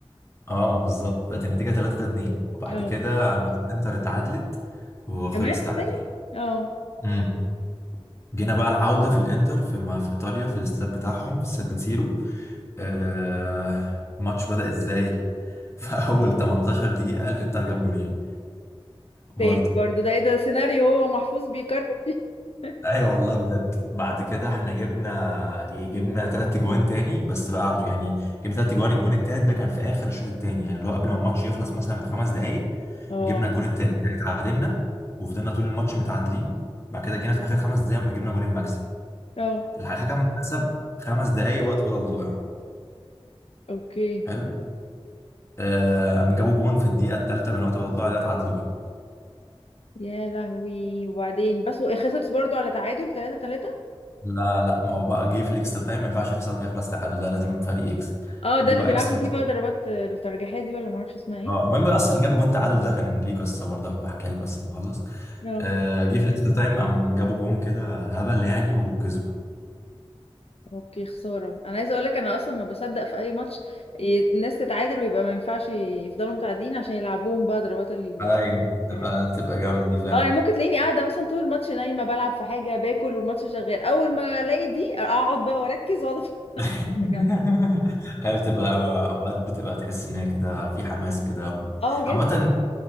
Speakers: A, on the left; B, on the left.
A: اه ما بالظبط بقت النتيجة 3 2 وبعد
B: اه
A: كده قامت انتر اتعادلت وخلص
B: كمان
A: تعادل
B: تاني اه
A: امم جينا بقى العودة في الانتر في ما في ايطاليا في الاستاد بتاعهم في السان سيرو آه الماتش بدأ ازاي <laughs> في اول 18 دقيقة الانتر جاب جونين
B: تاني
A: برضه
B: برضه ده ايه ده سيناريو هو محفوظ بيكرر فيه <laughs>
A: ايوه والله بجد بعد كده احنا جبنا إيه، جبنا ثلاث جوان تاني بس بقى على- يعني جبنا ثلاث جوان الجون التالت ده كان في اخر الشوط التاني يعني اللي هو قبل ما الماتش يخلص مثلا بخمس دقائق
B: اه
A: جبنا الجون التالت يعني اتعادلنا وفضلنا طول الماتش متعادلين بعد كده جينا في اخر خمس دقائق قمنا جبنا جون المكسب
B: اه
A: الحكم حسب خمس دقائق وقت بدل ضائع
B: اوكي
A: حلو آه، قام جابوا جون في الدقيقه الثالثه من وقت بدل ضائع ده اتعادلوا بيه
B: يا لهوي وبعدين بس هو خسرت برضه على تعادل 3 3
A: لا لا ما هو بقى جه في الاكسترا تايم ما ينفعش يخسر يخلص تعادل ده لازم فريق يكسب
B: اه ده
A: جه
B: اللي
A: بقى
B: بيلعبوا
A: اكسترا
B: فيه بقى ضربات الترجيحية دي ولا معرفش اسمها ايه
A: اه المهم اصلا اللي جاب جون تعادل ده كان ليه قصه برضه هبقى احكيها لك بس لما اخلص
B: اه
A: آه، جه في الاكسترا تايم قام جابوا جون كده هبل يعني وكسبوا
B: اوكي خسارة انا عايزة اقولك انا اصلا ما بصدق في اي ماتش ي- الناس تتعادل ويبقى ما ينفعش يفضلوا متعادلين عشان يلعبوهم بقى ضربات ال
A: ايوه
B: ال-
A: بتبقى
B: الجزاء.
A: بتبقى جامده دي فعلا
B: اه يعني ممكن تلاقيني قاعدة مثلا طول الماتش نايمة بلعب في حاجة باكل والماتش شغال اول ما الاقي دي اقعد بقى واركز واقعد
A: <laughs>
B: اتفرج عليها
A: هي بتبقى اوقات بتبقى تحس ان هي كده في حماس كده و...
B: اه جدا
A: عامه